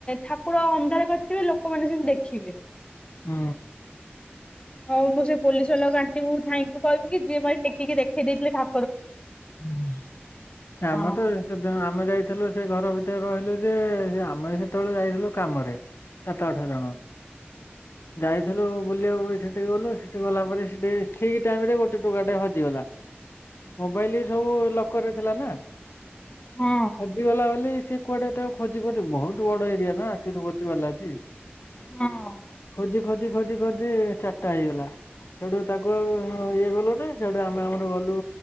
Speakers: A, on the left; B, on the left.
A: ଠାକୁର ଅନ୍ଧାର କରିଥିବେ ଲୋକମାନେ ସେମିତି ଦେଖିବେ।
B: ହୁଁ।
A: ଆଉ ମୁଁ ସେ ପୋଲିସ ବାଲାକୁ ଆଣ୍ଟି କୁ ଥ୍ୟାଙ୍କ ୟୁ କହିବି କି ଯିଏ ମଏ ଟେକିକି ଦେଖେଇ ଦେଇଥିଲେ ଠା
B: ହୁଁ ଆ
A: ହଁ
B: ଆମ ତ ଏଇ ସେ ଘର ଭିତରେ ରହିଲୁ ଯେ ଆମେ ସେତେବେଳେ ଯାଇଥିଲୁ କାମରେ। ସାତ ଆଠ ଜଣ। ଯାଇଥିଲୁ ବୁଲିବାକୁ ସେଠି ଗଲୁ ସେଠି ଗଲା ପରେ ସେଠି। ଠିକ ଟାଇମ ରେ ଗୋଟେ ଟୋକା ଟା ହଜିଗଲା ମୋବାଇଲି ସବୁ ଲକର୍ ରେ ଥିଲା ନା
A: ହଁ
B: ହଜିଗଲା ବୋଲି ସେ କୁଆଡେ ତାକୁ ଖୋଜି ଖୋଜି ବହୁତ ବଡ ଏରିଆ ନା ତିରୁପତି ବାଲାଜୀ
A: ହଁ
B: ଖୋଜି ଖୋଜି ଖୋଜି ଖୋଜି ଚାରିଟା ହେଇଗଲା। ସେଠୁ ତାକୁ ଆଉ ଇଏ କଲୁନି ସେଠୁ ଆମେ ଆମର ଗଲୁ।